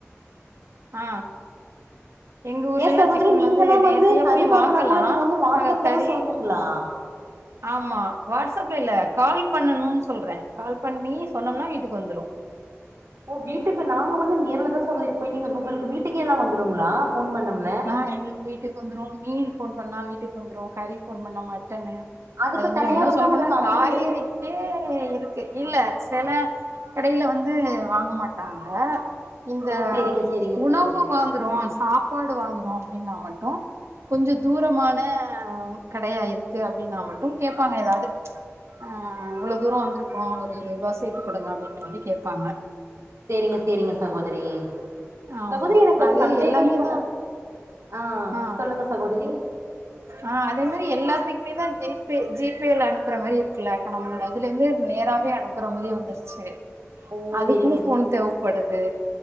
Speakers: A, on the right; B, on the right.
A: ஆ எங்க ஊர்லெல்லா
B: ஏ சகோதரி
A: சிக்கன்
B: நீங்களா
A: வந்து நேரடியா
B: கறி
A: போய்
B: வாங்கனா
A: வாங்கலா
B: கூட நீங்க வந்து
A: ஆனா
B: வாட்ஸ்அப்ல
A: நாங்க கறி
B: தா சொல்ணுங்களா
A: ஆமா வாட்ஸ்அப்ல இல்ல கால் பண்ணணுனுன் சொல்ற கால் பண்ணி சொன்னோம்னா வீட்டுக்கு வந்துரு
B: ஓ வீட்டுக்கு நாங்க வந்து நேர்ல தான் சொல்லிருப்போ நீங்க உங்குளுக்கு வீட்டுக்கே எல்லா வந்துருங்களா ஃபோன் பண்ணம்
A: ஆ எங்குளுக்கு வீட்டுக்கு வந்துரு மீன் ஃபோன் பண்ணா வீட்டுக்கு வந்துரும் கறி ஃபோன் பண்ணா மட்டனு
B: அதுக்கு
A: அது வந்துரு
B: தனியா
A: இன்னு
B: வந்து
A: சொல்ல
B: அவங்களுக்கு
A: போனா
B: அமௌண்ட்
A: காய்கறிக்கே இருக்கு இல்ல சில கடையில வந்து வாங்க மாட்டாங்க இந்த
B: ஓ சேரிங்க சேரிங்க
A: உணவு
B: சகோதரி
A: வாங்குறோ சாப்பாடு வாங்குறோ அப்டின்னா மட்டு கொஞ்சோ தூரமான கடையா இருக்கு அப்டின்னா மட்டு கேப்பாங்க ஏதாவ்து அ இவ்ளோ தூரோ வந்துருக்கோ ஒரு இருவதுரூவா சேத்து குடுங்க அப்டிங்குற மாரி கேப்பாங்க
B: சேரிங்க சேரிங்க சகோதரி
A: ஆமா
B: சகோதரி எனக்கு ஒரு
A: அது
B: சந்தேகொ
A: எல்லாமே
B: இப்ப
A: தா
B: நா அ
A: ஆ
B: சொல்லுங்க சகோதரி
A: ஆ அதே மாரி எல்லாத்துக்குமே தா ஜி பே ஜி பேல அனுப்புற மாரி இருக்குலக்கா நம்மளோட இதுல இருந்து நேராவே அனுப் அனுப்புற மாரியே வந்துருச்சு
B: ஓ
A: அதுக்கு
B: சேரிங்க
A: ஃபோன் தேவப்படுது